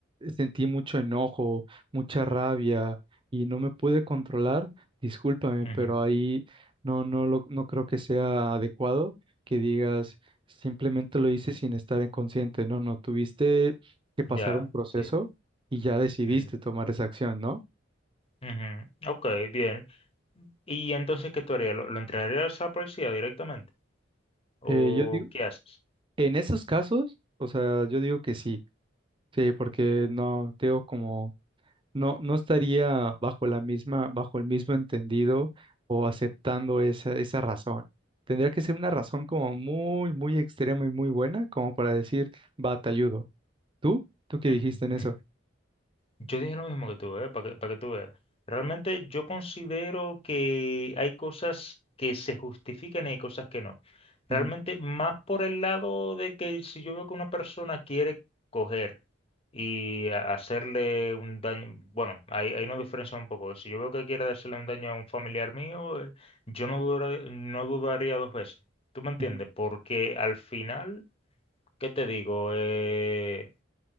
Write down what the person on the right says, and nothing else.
sentí mucho enojo, mucha rabia y no me pude controlar, discúlpame,
pero ahí no, no, lo, no creo que sea adecuado que digas simplemente lo hice sin estar inconsciente. No, no, tuviste que pasar
un proceso
y ya decidiste
tomar esa acción, ¿no?
Eh, yo digo,
en esos casos, o sea, yo digo que sí, sí, porque no, te digo como... no, no estaría bajo la misma, bajo el mismo entendido o aceptando esa, esa razón. Tendría que ser una razón como muy, muy extrema y muy buena, como para decir, va, te ayudo. ¿Tú? ¿Tú qué
dijiste en eso?
Ujú,
ujú.